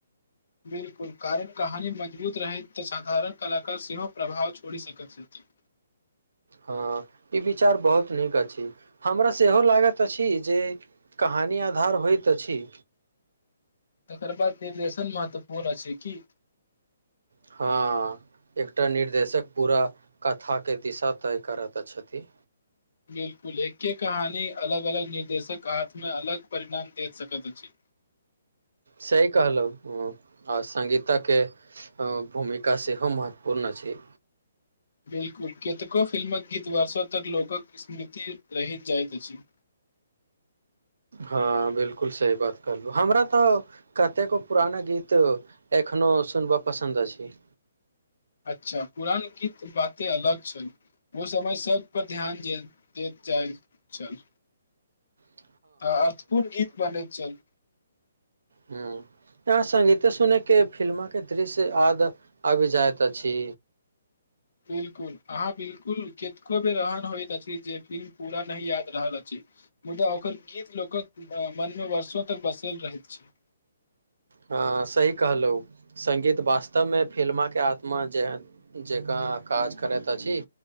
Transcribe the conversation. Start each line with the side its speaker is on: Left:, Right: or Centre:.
Left: बिल्कुल कारक कहानी मजबूत रहैत तऽ साधारण कलाकार सेहो प्रभाव छोड़ि सकैत छथि।
Right: हँ ई विचार बहुत नीक अछि हमरा सेहो लागैत अछि जे कहानी आधार होइत अछि
Left: तकर बाद निर्देशन महत्वपूर्ण अछि की
Right: हँ एकटा निर्देशक पूरा कथाके दिशा तय करैत छथि
Left: बिल्कुल एके कहानी अलग अलग निर्देशक हाथ मे अलग परिणाम दे सकैत अछि
Right: सहि कहलहु हँ आ संगीता के भूमिका सेहो महत्वपूर्ण छै।
Left: बिल्कुल कतेको फिल्म कऽ गीत वर्षोतर लोक स्मृति रहित जाइत अछि।
Right: ह बिल्कूल सही बात कहलहु हमरा तऽ कतेको पुराना गीत एखनो सुनबा पसन्द अछि।
Left: अच्छा पुरान गीत बाते अलग छैय ओ समय सभ पर ध्यान दे जाई छल
Right: हा
Left: हा अर्थ कोनू गीत बनेत चल
Right: ह यहाँ संगीते सुने के फिल्म के दृश्य याद आबि जाइत अछि
Left: बिल्कूल अहाँ बिलकुल कतको बेर रहन होइत अछि जे फिल्म पूरा नहि याद रहल अछि मुदा ओकर गीत लोक मनमे वर्षो तक बसल रहैत छै
Right: ह सही कहलहु संगीत वास्तव मे फिल्माके आत्मा जे जकाँ काज करैत अछि